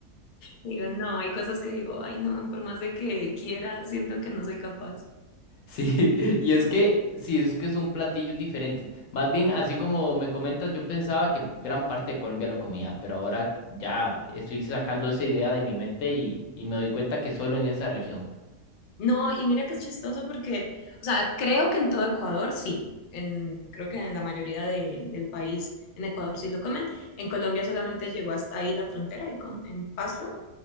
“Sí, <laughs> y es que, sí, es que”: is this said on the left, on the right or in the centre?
Left